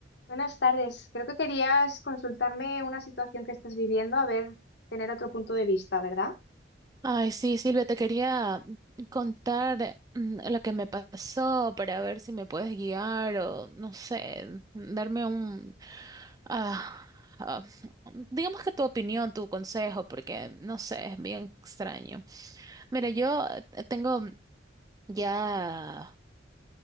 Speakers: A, on the left (about 65°); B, on the right (about 20°).
A: Buenas tardes. Creo que querías consultarme una situación que estás viviendo, a ver, tener otro punto de vista, ¿verdad?
B: Ay, sí, Silvia, te quería contar mm, lo que me pasó para ver si me puedes guiar o, no sé, darme un, ah, ah, digamos que tu opinión, tu consejo, porque, no sé, es bien extraño. Mira, yo eh, tengo ya